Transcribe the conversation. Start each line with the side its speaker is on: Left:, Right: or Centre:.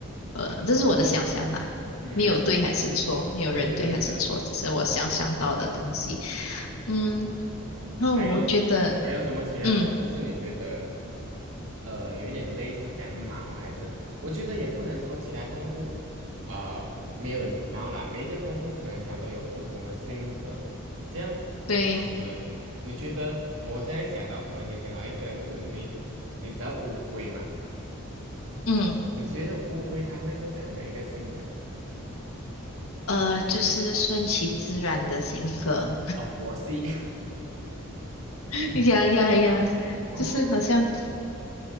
Left: 呃，这是我的想象啦，
Right: 嗯嗯嗯嗯，
Left: 没有对还是错，
Right: <laughs>
Left: 没有人对还是错，
Right: 对对对对
Left: 只是我想象到的东西。
Right: 对，是。
Left: 嗯，那我觉得，
Right: 还有还有什么其他动物是你觉得
Left: 嗯，
Right: 呃有一点类似像猫？还是我觉得也不能说其他动物呃没有礼貌啦，每一个动物可能它都有不同的性格。像
Left: 对。
Right: 呃，你觉得我现在想到突然间想到一个，就是你你知道乌龟吗？
Left: 嗯。
Right: 你觉得乌龟它会是怎样的一个性格？
Left: 呃，就是顺其自然的性格。
Right: 哦，佛系。<laughs>
Left: <laughs> 呀呀呀，
Right: 哦，
Left: 就是好像